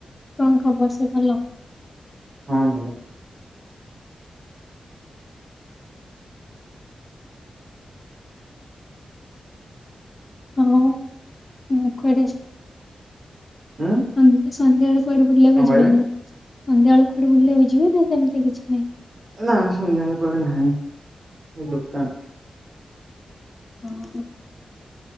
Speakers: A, on the left; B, on the right.
A: କଣ ଖବର ସବୁ ଭଲ?
B: ହଁ ଭଲ।
A: ଆଉ ମୁଁ କୁଆଡେ ଯା
B: ହୁଁ
A: ସନ୍ଧ୍ୟା ସନ୍ଧ୍ୟାବେଳେ କୁଆଡେ ବୁଲିବାକୁ
B: କଣ କହିଲେ?
A: ଯିବେ ନା ସନ୍ଧ୍ୟାବେଳେ କୁଆଡେ ବୁଲିବାକୁ ଯିବ ନା ସେମିତି କିଛି ନାହିଁ?
B: ନା ସନ୍ଧ୍ୟାବେଳ କୁଆଡେ ନାହିଁ ସେ ଦୋକାନ
A: ଓ ହ।